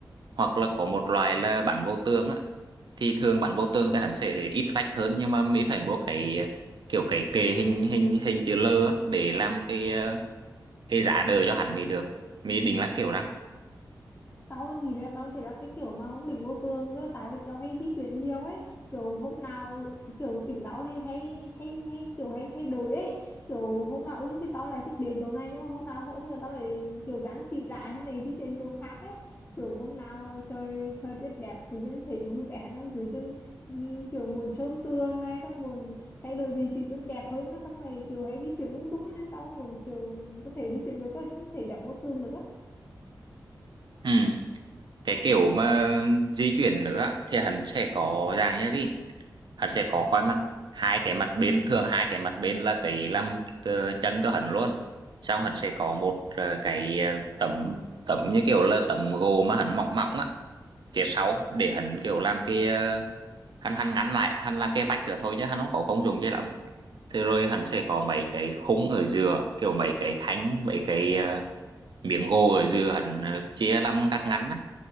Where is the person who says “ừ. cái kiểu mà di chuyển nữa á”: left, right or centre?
Right